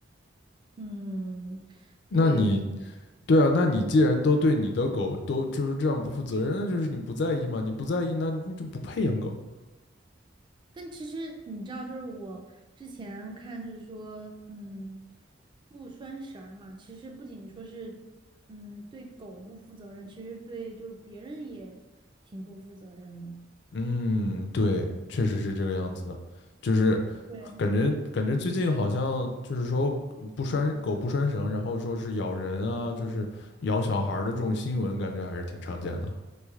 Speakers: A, on the right (about 25°); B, on the left (about 60°).
A: 嗯，
B: 那你
A: 对对。
B: 对啊，那你既然都对你的狗都就是这样不负责任，那就是你不在意嘛，你不在意，那你就不配养狗。
A: 但其实你知道，就是我之前看，就是说，嗯，不拴绳儿嘛，其实不仅说是，嗯，对狗不负责任，其实对就是别人也挺不负责任的。
B: 嗯，对，确实是这个样子的，就是
A: 对
B: 感觉感觉最近好像就是说不拴狗不拴绳，然后说是咬人啊，就是咬小孩儿的这种新闻，感觉还是挺常见的。